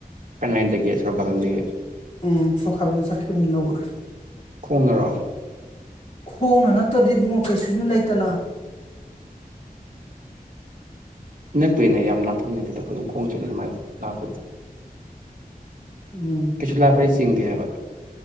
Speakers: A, on the right; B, on the left.
A: ꯀꯅꯥꯥꯏꯟꯇꯒꯦ ꯁꯔꯀꯗꯟꯒꯤ
B: ꯎꯝ ꯁꯣꯈꯥꯕꯤꯅ ꯆꯈꯤꯗꯕꯅ ꯂꯧꯧꯕ
A: ꯈꯣꯡꯉꯔꯣ
B: ꯈꯣꯡꯅ ꯅꯠꯇꯗꯤ ꯏꯕꯨꯡꯉ ꯀꯩꯁꯨ ꯁꯨꯝ ꯂꯩꯇꯅ
A: ꯅꯛꯄꯅ ꯌꯥꯝ ꯂꯥꯞꯄ ꯑꯣꯏꯅꯗꯤ ꯑꯩꯈ ꯈꯣꯡ ꯆꯠꯔꯤ ꯑꯗꯨꯃꯥꯏꯅ ꯂꯅꯥꯄꯠꯇ
B: ꯎꯝ
A: ꯀꯁꯨ ꯂ ꯄꯁꯤ ꯆꯤꯡꯒꯦ ꯍꯥꯏꯕ